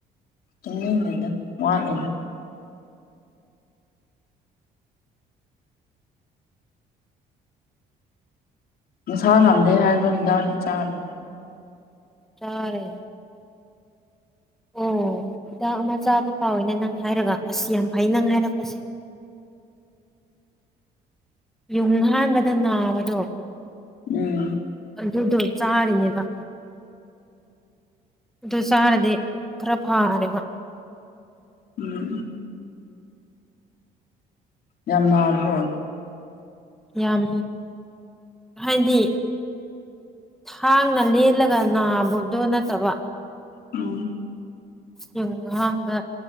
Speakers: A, on the left; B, in the centre.
A: ꯆ ꯂꯤ ꯋꯥꯠꯂ ꯁꯥ ꯉꯝꯗꯦ ꯍꯥꯏꯕꯣ ꯍꯤꯗꯥꯛꯗꯤ ꯆꯥꯕ
B: ꯇꯔꯦ ꯑꯣꯤꯗꯥꯛ ꯑꯃ ꯆꯥꯕ ꯀꯥꯎꯋꯦꯅꯦ ꯅꯪ ꯍꯥꯏꯔꯒ ꯑꯁ ꯌꯥꯝ ꯐꯩ ꯅꯪ ꯍꯥꯏꯔꯛꯄꯁꯦ ꯌꯨꯝꯍꯥꯟꯕꯗ ꯅꯥꯕꯗꯣ
A: ꯎꯝ
B: ꯑꯗꯨꯗꯣ ꯆꯥꯔꯤꯅꯦꯕ ꯗꯨꯁꯔꯗ ꯀ꯭ꯔꯚꯥꯅꯤꯒ
A: ꯎꯝ ꯌꯥꯝꯃ꯭ꯔꯣ
B: ꯌꯥꯝ ꯍꯥꯏꯗꯤ ꯊꯥꯡꯅ ꯂꯦꯜꯂꯒ ꯅꯥꯕꯗꯣ ꯅꯠꯇꯕ
A: ꯎꯝ
B: ꯌꯨꯝ ꯑꯍꯥꯟꯕ